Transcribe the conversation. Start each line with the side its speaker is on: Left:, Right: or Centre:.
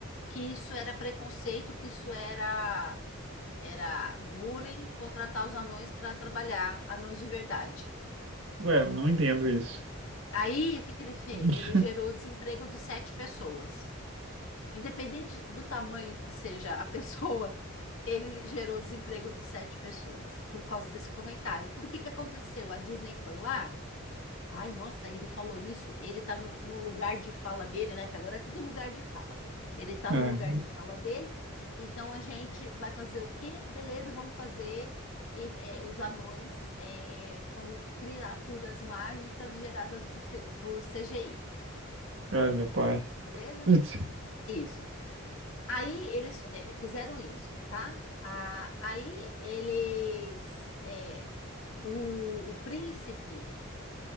Left: que isso era preconceito, que isso era era bullying, contratar os anões para trabalhar, anões de verdade.
Right: Ué, não entendo isso.
Left: Aí, o que que ele fez?
Right: <laughs>
Left: Ele gerou desemprego de sete pessoas. Independente do tamanho que seja a <laughs> pessoa, ele gerou desemprego de sete pessoas por causa desse comentário. Por que que aconteceu? A Disney foi lá Ai, nossa, ele falou isso. Ele tá no, no lugar de fala dele, né? Porque agora é tudo lugar de fala. Ele tá
Right: Ai,
Left: no lugar de fala dele. Então a gente vai fazer o quê? Beleza, vamos fazer e, é, os anões é, como criaturas mágicas geradas por, C- por CGI,
Right: ai, meu pai.
Left: beleza?
Right: <laughs>
Left: Isso. Aí eles é, fizeram isso, tá? Ah, aí eles. é, o, o príncipe,